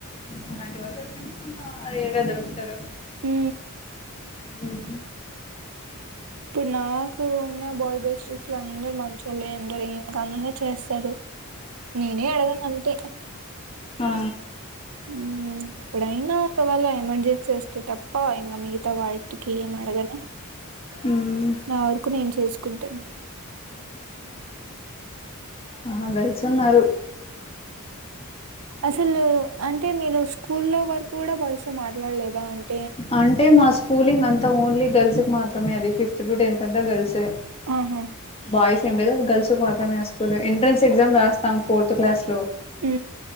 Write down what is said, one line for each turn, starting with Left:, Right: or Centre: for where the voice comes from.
Left: అలాంటి వాళ్ళు దొరకంటే కొంచెం రేర్ గా దొరుకుతారు
Right: ఉ
Left: ఉమ్
Right: ఇప్పుడు నాకు ఉన్న బాయ్ బేస్టక్స్లు అందరు మంచోలే అందరు ఏం పని ఉన్న చేస్తారు నేనే అడగను అంతే
Left: ఆ
Right: ఉ ఏపుడైనా ఒకవాల ఎమర్జెన్సీ వస్తే తప్ప ఇంగ మిగతా వాటికి ఏం అడగను
Left: ఉమ్
Right: నా వరకు నేను చేసు కుంటున్
Left: ఆహా గర్ల్స్ తున్నారు
Right: అసలు అన్ అంటే నేను స్కూల్లో వరకు కూడా వయసు మాట్లాడలేదా అంటే
Left: అంటే మా స్కూలింగ్ అంత్ ఓన్లీ గల్స్ మాత్రమే అది ఫిఫ్త్ టు టెన్త్ అంతా గర్ల్స్
Right: ఆహా
Left: బాయ్స్ ఏం లేదు అది గల్స్ మాత్రం మే ఆ స్కూల్ ఎంట్రన్స్ ఎగ్జామ్ రాస్తాం ఫోర్త్ క్లాస్లో
Right: ఉ